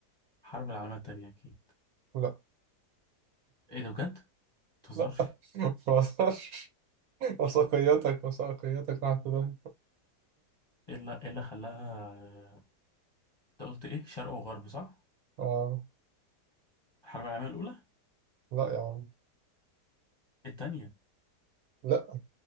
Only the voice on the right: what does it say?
لا
لا <laughs> ما اقدرش وثقيتك وثقيتك مع خداع
اه
لا يا عم
لا